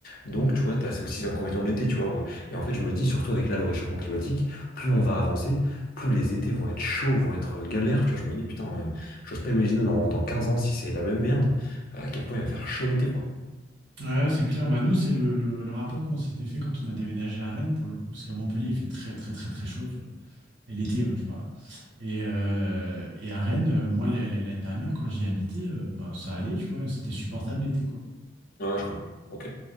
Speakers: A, on the left (about 50°); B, on the right (about 65°).
A: Donc,
B: Mm.
A: tu vois, t'as, c'est aussi l'inconvénient de l'été, tu vois. Et en fait, je me dis, surtout avec là, le réchauffement climatique, plus on va avancer, plus les étés vont être chauds, vont être euh, galères. Tu vois, je me dis, putain, euh, j'ose pas imaginer dans, dans 15 ans si c'est la même merde, euh, à quel point il va faire chaud l'été, quoi.
B: Ouais, c'est clair. Bah nous, c'est le, le- le rapport qu'on s'était fait quand on a déménagé à Rennes pour le coup, parce qu'à Montpellier, il fait très très très très chaud, tu vois. Et l'été, hein, je parle. Et, euh, et à Rennes, euh, moi, la- la- l'année dernière, quand j'y habitais, euh, bah, ça allait, tu vois, c'était supportable l'été, quoi.
A: Ouais, ouais, je comprends. Ok.